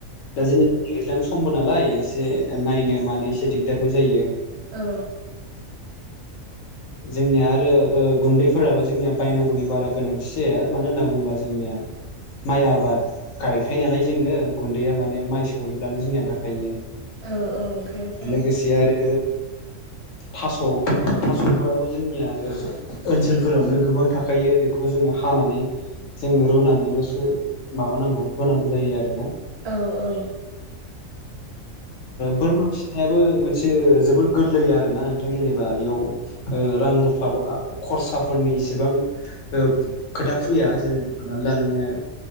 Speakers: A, on the left; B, on the right.
A: दा जेनेबा दैज्लां समबो नालाय एसे नायनो मानो एसे दिगदारबो जायो।
B: औ।
A: जोंनिया आरो गुन्दैफोराबो जोंनिया बायनांगौनि बारा गोनांथि जाया मानो होनना बुङोबा जोंनिया माइ आबाद गायखायो नालाय जोंनो गुन्दैया माने माइ सौहैब्लानो जोंनिया ओंखारखायो।
B: औ ओंखारोथारो
A: लोगोसे आरो थास' थास'। थास'फोराराबो जोंनिया ओनसोलफोरावनो गोबां थाखायो बेखौ जोङो हानानै। जोंङो रुनानैल'सो माबानांगौ होनांगौ जायो आरो ना।
B: औ औ।
A: बोरमा फिसिनायाबो मोनसे जोबोर गोरलै आरोना नोंथां जेनेबा इयाव रां रुफा बा खरसाफोरनि इसिबां ओ खोथा फैया जेनेब्ला हमनानै ला नोङो